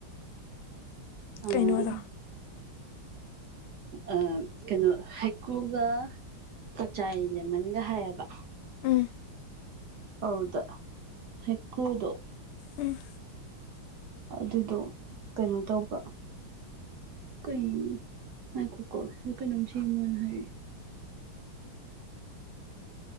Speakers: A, on the right; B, on the left.
A: ꯑꯥ
B: ꯀꯩꯅꯣꯗꯣ
A: ꯑꯥ ꯀꯩꯅꯣ ꯍꯩꯀ꯭ꯔꯨꯒ ꯀꯆꯥꯏ ꯂꯦꯃꯟꯒ ꯍꯥꯏꯌꯦꯕ
B: ꯎꯝ
A: ꯑꯧꯗ ꯍꯩꯀ꯭ꯔꯨꯗꯣ
B: ꯎꯝ
A: ꯑꯗꯨꯗꯣ ꯀꯩꯅꯣ ꯇꯧꯕ ꯀꯩꯅꯣ ꯉꯥꯏꯈꯣ ꯀꯣ ꯁꯤꯗ ꯀꯩꯅꯣꯝ ꯁꯦꯝꯃꯣꯅ ꯍꯥꯏꯔꯛꯑꯦ